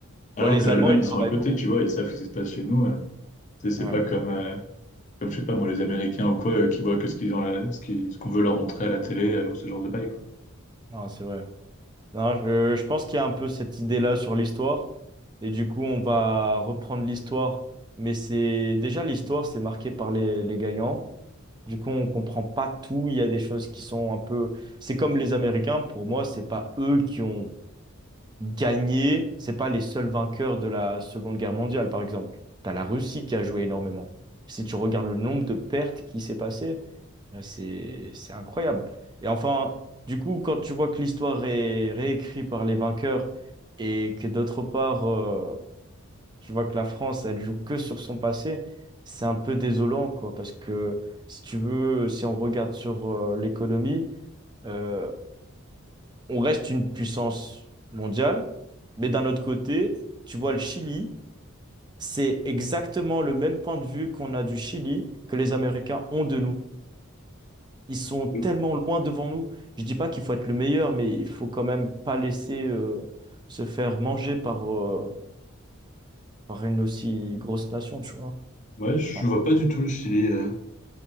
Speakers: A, on the left; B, on the right.
A: Alors
B: Bon, les
A: que l'Allemagne,
B: Allemands, ils
A: ils
B: travaillent
A: sont à côté,
B: beaucoup.
A: tu vois, ils savent ce qui se passe chez nous. euh. c'est C'est
B: Ouais,
A: pas comme, euh, comme, je sais pas, moi, les Américains ou quoi, eux, qui voient que ce qu'ils ont, à la- ce qui- ce qu'on veut leur montrer à la télé euh, ou ce genre de bail, quoi.
B: non, c'est vrai. Non, je, je pense qu'il y a un peu cette idée-là sur l'histoire. Et du coup, on va reprendre l'histoire. Mais c'est déjà l'histoire, c'est marqué par les, les gagnants. Du coup, on comprend pas tout. Il y a des choses qui sont un peu. C'est comme les Américains. Pour moi, c'est pas eux qui ont gagner, c'est pas les seuls vainqueurs de la Seconde Guerre mondiale, par exemple. T'as la Russie qui a joué énormément. Si tu regardes le nombre de pertes qui s'est passé, là, c'est c'est incroyable. Et enfin, du coup, quand tu vois que l'histoire est réécrite par les vainqueurs et que d'autre part, euh, tu vois que la France, elle joue que sur son passé, c'est un peu désolant, quoi, parce que si tu veux, si on regarde sur euh, l'économie. euh, on reste une puissance mondiale, mais d'un autre côté, tu vois, le Chili, c'est exactement le même point de vue qu'on a du Chili que les Américains ont de nous. Ils sont tellement
A: Donc,
B: loin devant nous. Je dis pas qu'il faut être le meilleur, mais il faut quand même pas laisser euh, se faire manger par, euh, par une aussi grosse nation, tu vois.
A: Ouais, je
B: Enfin,
A: vois pas du tout le Chili. euh,